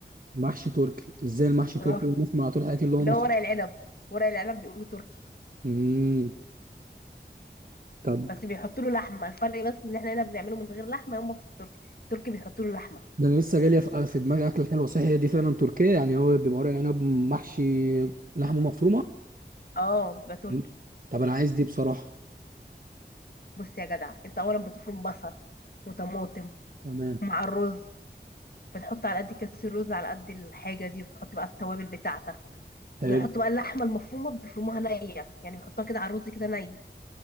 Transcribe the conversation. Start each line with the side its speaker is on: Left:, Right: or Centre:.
Right: محشي تركي ازاي المحشي تركي
Left: اه
Right: اللي بنسمع طول حياتي اللي هو
Left: اللي
Right: مصري
Left: هو ورق العنب ورق العنب بيقولوا تركي
Right: امم طب
Left: بس بيحطوا له لحمه الفرق بس ان احنا هنا بنعمله من غير لحمه يوم في التركي التركي بيحطوا له لحمه
Right: ده انا لسه جالي في في دماغي اكله حلوه صح هي دي فعلا تركيه يعني هو بيبقى ورق عنب محشي لحمه مفرومه
Left: اه بيبقى تركي
Right: مم. طب انا عايز دي بصراحه
Left: بص يا جدع انت اولا بتفرم بصل وطماطم
Right: تمام
Left: مع الرز بتحط على قد كاس الرز على قد الحاجه دي وبتحط بقى التوابل بتاعتك
Right: حلو
Left: وبيحطوا بقى اللحمه المفرومه بيفرموها نيه يعني بيحطوها كده على الرز كده ني